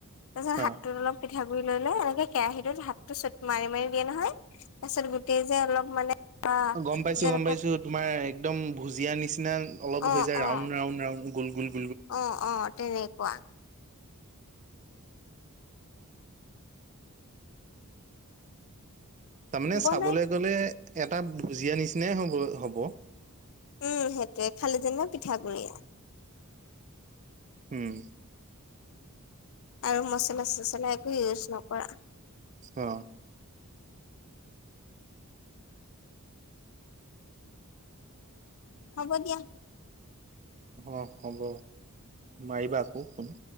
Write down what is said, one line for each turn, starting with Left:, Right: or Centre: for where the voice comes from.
Left: তাৰ পিছত হাতটোত
Right: অ
Left: অলপ পিঠাগুৰি লৈ লৈ এনেকে কেৰাহীটোত হাতটো চ মাৰি মাৰি দিয়ে নহয় তাৰপিছত, গোটেই যে অলপ মানে বা
Right: অ গম পাইছো,
Left: যেনেকে
Right: গম পাইছো তোমাৰ একদম ভুজিয়া নিচিনা অলপ
Left: অ
Right: হৈ যায় ৰাউণ্ড-ৰাউণ্ড
Left: অ
Right: ৰাউণ্ড গোল-গোল
Left: অ, অ, তেনেকুৱা
Right: তাৰমানে
Left: বনাই
Right: চাবলৈ গলে এটা ভুজিয়া নিচিনাই হব হব।
Left: উম সেইটোৱে খালি যেন পিঠাগুৰি
Right: উম,
Left: আৰু মচলা-চচলা একো ইউজ নকৰা
Right: অ,
Left: হ'ব দিয়া
Right: অ হ'ব মাৰিবা আকৌ ফোন।